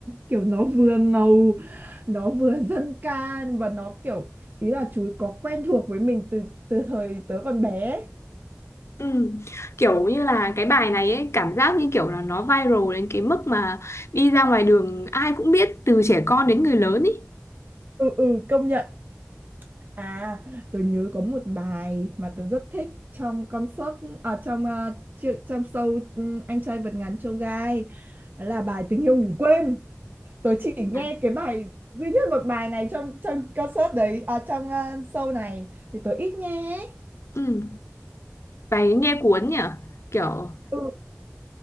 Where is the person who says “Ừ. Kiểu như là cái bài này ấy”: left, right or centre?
Left